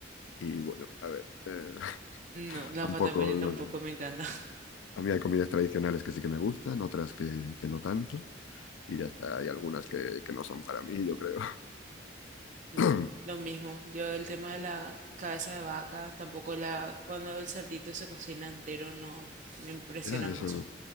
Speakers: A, on the left (about 80°); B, on the right (about 40°).
A: Y bueno, a ver, eh, <laughs>
B: No, la
A: tampoco.
B: pata de pollo tampoco
A: no
B: me encanta. <laughs>
A: A mí hay comidas tradicionales que sí que me gustan, otras que, que no tanto, y ya está. Hay algunas que, que no son para mí, yo creo.
B: Mm.
A: <clears throat>
B: Lo mismo, yo el tema de la cabeza de vaca, tampoco la, cuando el cerdito se cocina entero, no, me impresiona
A: Ya, eso.
B: mucho.